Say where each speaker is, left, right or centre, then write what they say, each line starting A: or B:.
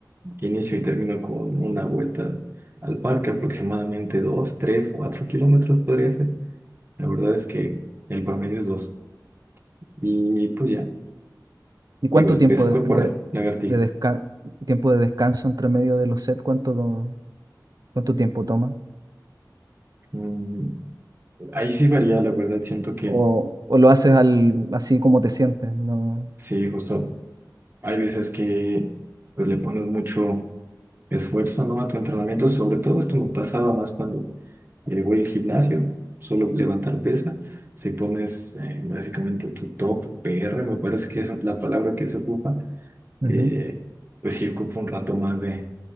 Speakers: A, on the right (about 30°); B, on the right (about 55°).
A: Inicio y termino con una vuelta al parque, aproximadamente 2 3 4 kilómetros podría ser. La verdad es que el promedio es dos Y pues ya,
B: ¿Y cuánto
A: igual
B: tiempo
A: peso
B: de,
A: corporal,
B: de-
A: lagartijas.
B: de desca- tiempo de descanso entre medio de los sets? ¿Cuánto, lo- cuánto tiempo toma?
A: Mm, ahí sí varía, la verdad, siento que
B: ¿O, o lo haces al, así como te sientes? No.
A: sí, justo hay veces que pues le pones mucho esfuerzo, ¿no? a tu entrenamiento, sobre todo esto me pasaba más cuando eh, voy al gimnasio, solo levantar pesa. Si pones eh, básicamente tu top PR, me parece que esa es la palabra que se ocupa,
B: Ujú.
A: eh, pues sí ocupa un rato más de,